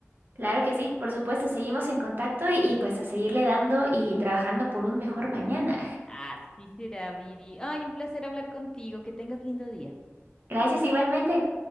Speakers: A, on the right; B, on the left.
A: Claro que sí, por supuesto, seguimos en contacto y, y pues a seguirle dando y trabajando por un mejor mañana.
B: Así será, Viri. Ay, un placer hablar contigo. Que tengas lindo día.
A: <laughs> Gracias igualmente.